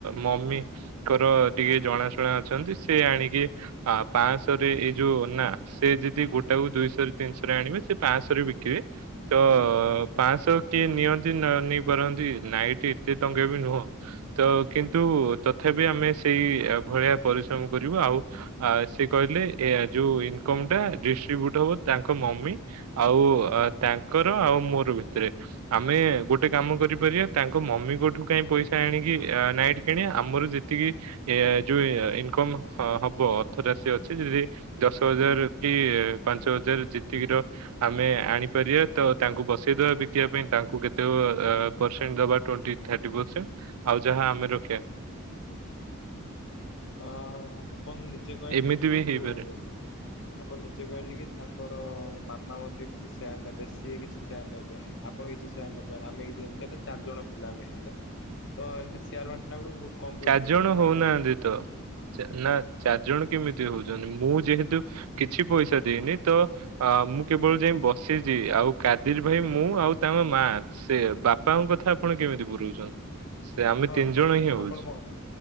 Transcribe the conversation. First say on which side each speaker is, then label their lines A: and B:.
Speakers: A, on the right (about 90°); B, on the left (about 60°).
A: ମମିଙ୍କର ଟିକେ
B: ହଁ
A: ଜଣାଶୁଣା ଅଛନ୍ତି। ସେ ଆଣିକି ଆ ପାଞ୍ଚଶହରେ ଏଇ ଯୋଉ ନା ସେ ଯଦି ଗୋଟାକୁ ଦୁଇଶହରେ ତିନିଶହରେ ଆଣିବେ ସେ ପାଶହରେ ବିକିବେ। ତ
B: ହୁଁ।
A: ପାଞ୍ଚଶହ କିଏ ନିଅନ୍ତି ନ ନେଇ ପାରନ୍ତି। ନାଇଟ ଏତେ ଟଙ୍କା ବି ନୁହଁ। ତ କିନ୍ତୁ ତଥାପି ଆମେ ସେଇ ଭଳିଆ ପରିଶ୍ରମ କରିବୁ। ଆଉ ସେ କହିଲେ ଏ ଯୋଉ ଇନକମ ଟା ଡିଷ୍ଟ୍ରିବ୍ୟୁଟ ହବ ତାଙ୍କ ମମି ଆଉ ତାଙ୍କର ଆଉ ମୋର ଭିତରେ ଆମେ ଗୋଟେ କାମ କରିପାରିବା ତାଙ୍କ ମମିଙ୍କଠୁ କାଇଁ ପଇସା ଆଣିକି ନାଇଟ୍ କିଣିବା। ଆମର ଯେତିକି ଯୋଉ ଇନକାମ ହବ ଥରେ ଆସିଅଛି ଯଦି ଦଶ ହଜାର କି ପାଞ୍ଚ ହଜାର ଯେତିକି ର ଆମେ ଆଣିପାରି ବା ତ ତାଙ୍କୁ ବସେଇଦବା ବିକିବା ପାଇଁ ତାଙ୍କୁ କେତେ ପରସେଣ୍ଟ ଦବା ଟ୍ବେଣ୍ଟି ଥାର୍ଟି ପରସେଣ୍ଟ। ଆଉ ଯାହା ଆମେ ରଖିବା।
B: ହଁ। ଆପଣ ନିଜେ କହିଲେ
A: ଏମିତି
B: କି
A: ବି ହେଇପାରେ
B: ଯୋଉ ଆପଣ ନିଜେ କହିଲେ କି ତାଙ୍କର ମାମା ମଧ୍ୟ କିଛି ସେୟାର ନେବେ ସିଏ କିଛି ସେୟାର ନେବେ ଆପଣ କିଛି ସେୟାର ନେବେ ଆମେ କି ଏମିତି ହେଲେ ଚାରି ଜଣ ଆମେ ହେଲେ ତ ଏମତି ସେୟାର ବାଣ୍ଟିଲା ବେଳକୁ କମ ପଇସା
A: ଚାରି ଜଣ
B: ହେଇଯାଉଛି
A: ହଉନାହାନ୍ତି
B: ଆପଣ ମଧ୍ୟ ଜାଣନ୍ତି।
A: ତ ଚା ନା ଚାରିଜଣ କେମିତି ହଉଛନ୍ତି ମୁଁ ଯେହେତୁ କିଛି ପଇସା ଦେଇନି ତ ଅ ମୁଁ କେବଳ ଯାଇ ବସିଛି ଆଉ କାଦିର ଭାଇ ମୁଁ ଆଉ ତାଙ୍କ ମା ସେ ବାପାଙ୍କ କଥା ଆପଣ କେମିତି ପୁରଉଛନ୍ତି ସେ ଆମେ
B: ହଁ
A: ତିନି
B: ତ
A: ଜଣ ହିଁ ହଉଛୁ।
B: ଆପଣ ମ-